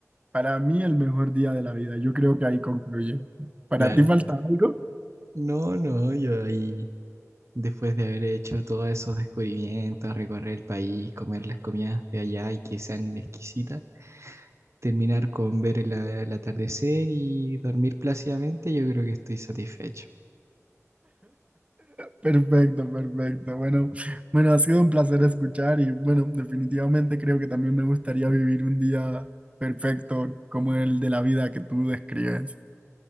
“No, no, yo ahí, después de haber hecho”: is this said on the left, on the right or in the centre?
Right